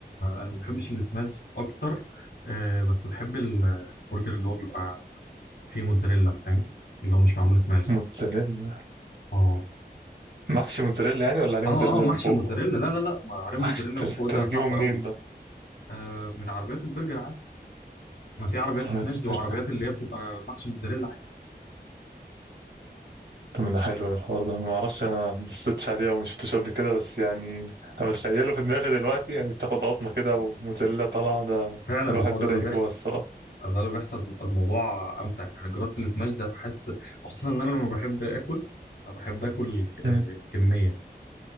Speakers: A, on the left; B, on the right.
A: انا ما بحبش السماش اكتر آه بس بحب ال- البرجر اللي هو بيبقى فيه موتزاريلا فاهم اللي هو مش معمول سماش
B: موتزاريلا
A: اه
B: محشي موتزاريلا يعني ولا عليه
A: اه
B: موتزاريلا
A: اه محشي
B: من فوق؟
A: موتزاريلا لا
B: <laughs>
A: لا لا ما عرق موتزاريلا
B: محشي موتزاريلا
A: من فوق
B: انت
A: ده
B: بتجيبه
A: صعب
B: منين
A: قوي آه من عربيات البرجر عادي ما في عربيات
B: ده؟
A: سماش دي وعربيات اللي هي بتبقى محشي موتزاريلا عادي
B: طب ده حلو الحوار ده ما اعرفش انا ما بصيتش عليه او ما شفتوش قبل كده بس يعني انا بتخيله في دماغي دلوقتي يعني بتاخد قطمه كده وموتزاريلا طالعه ده
A: فعلا
B: الواحد
A: هو ده
B: بدأ
A: اللي
B: يجوع
A: بيحصل
B: الصراحه
A: ده اللي بيحصل بيبقى الموضوع امتع يعني أنا جربت السماش ده بحس خصوصا ان انا لما بحب اكل فبحب اكل ك- آه،
B: مم.
A: كميه